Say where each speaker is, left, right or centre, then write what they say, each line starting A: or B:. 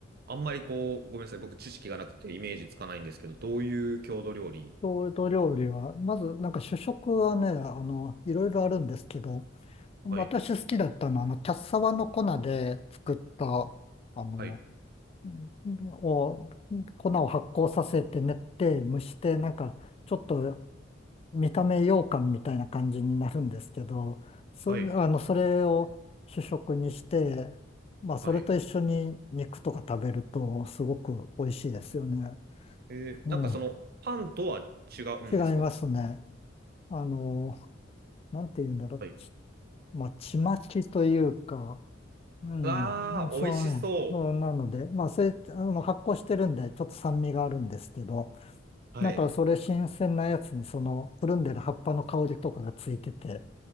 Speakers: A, on the right (about 55°); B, on the left (about 30°).
A: あんまりこう、ごめんなさい。僕、知識がなくてイメージつかないんですけど、どういう郷土料理
B: 郷土料理は、まずなんか主食はね、あの、いろいろあるんですけど、私好きだったのは、
A: はい。
B: あの、キャッサバの粉で作った、あの、
A: はい。
B: んを、粉を発酵させて練って蒸して、なんか、ちょっと見た目羊羹みたいな感じになるんですけど、そ、
A: はい。
B: あの、それを主食にして、まあ、それと一緒に肉とか食べると、
A: はい。
B: すごく美味しいですよね。
A: えー、
B: うん。
A: なんかその、パンとは違うんですか
B: 違いますね。あの、なんて言うんだろ
A: はい
B: う。まあ、ちまきというか、うん、
A: わあ、
B: うんそうね、
A: 美味しそう。
B: そうなので、まあ、それ、あの、発酵してるんで、ちょっと酸味があるんですけど、
A: はい。
B: なんかそれ新鮮なやつに、その、くるんでる葉っぱの香りとかがついてて、